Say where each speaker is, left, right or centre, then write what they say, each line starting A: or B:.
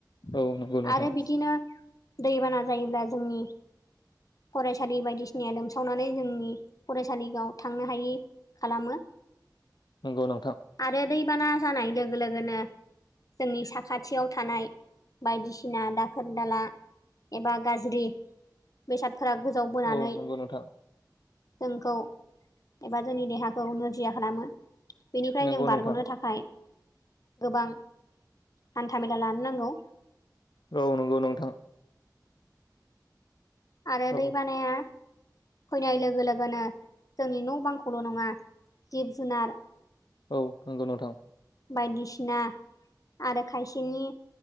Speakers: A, on the left; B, on the left.
A: औ नंगौ नोंथां
B: आरो बिदिनो दैबाना जायोब्ला जोंनि फरायसालि बायदिसिनाया लोमसावनानै जोंनि फरायसालिगाव थांनो हायि खालामो
A: नंगौ नोंथां
B: आरो दैबाना जानाय लोगो लोगोनो जोंनि साखाथियाव थानाय बायदिसिना दाखोर दाला एबा गाज्रि बेसादफोरा गोजाव बोनानै
A: औ नंगौ नोंथां
B: जोंखौ एबा जोंनि देहाखौ नोरजिया खालामो बेनिफ्राय
A: नंगौ
B: जों बारग'नो
A: नोंथां
B: थाखाय गोबां हान्था मेला लानो नांगौ
A: औ नंगौ नोंथां
B: आरो
A: औ
B: दै बानाया फैनाय लोगो लोगोनो जोंनि न' बांखौल' नङा जिब जुनार
A: औ नंगौ नोंथां
B: बायदिसिना आरो खायसेनि